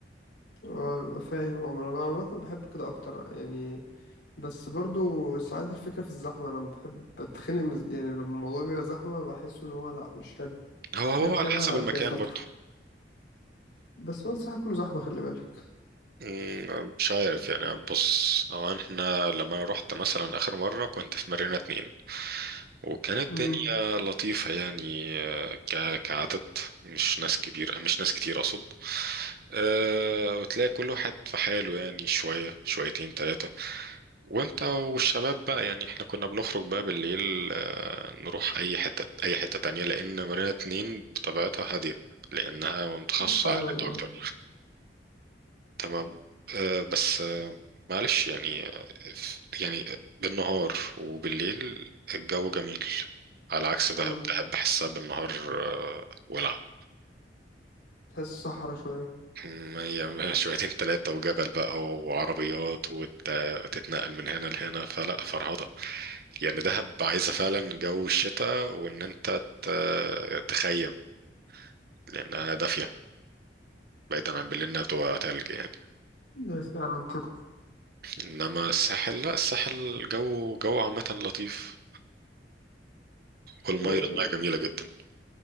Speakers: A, on the left; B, on the right.
A: آه، فاهم اه انا عامه بحب كده اكتر يعني بس برضو ساعات الفكره في الزحمه انا بحب بتخنق من- يعني لما الموضوع بيبقى زحمه بحس ان هو لا مش حلو
B: هو هو
A: عشان كده
B: على حسب المكان
A: بيستطر
B: برضه
A: بس هو الصراحه كله زحمه خلي بالك
B: مم، مش عارف يعني بص هو احنا لما انا رحت مثلا اخر مرة كنت في مارينا اتنين وكانت الدنيا
A: إمم،
B: لطيفة يعني آه، ك- كعدد مش ناس كبيرة مش ناس كتير اقصد أه وتلاقي كل واحد في حاله يعني شوية شويتين تلاتة وانت والشباب بقى يعني احنا كنا بنخرج بقى بالليل آه، نروح اي حتة اي حتة تانية لان مارينا اتنين بطبيعتها هادية لانها متخصصة
A: فعلًا
B: عائلات اكتر
A: آه،
B: تمام آه، بس آه، معلش يعني آه، يعني بالنهار وبالليل الجو جميل على عكس دهب
A: إمم،
B: دهب بحسها بالنهار آه، ولع
A: تحس صحرا شوية،
B: مية مية شويتين تلاتة وجبل بقى وعربيات وت- وتتنقل من هنا لهنا فلا فرهضة يعني دهب عايزة فعلا جو الشتاء وإن أنت ت- تخيم لأنها دافية بعيدا عن بالليل إنها بتبقى تلج يعني
A: هي فعلًا كده،
B: إنما الساحل لا الساحل جو جو عامة لطيف والمية
A: آآ
B: المية جميلة جدا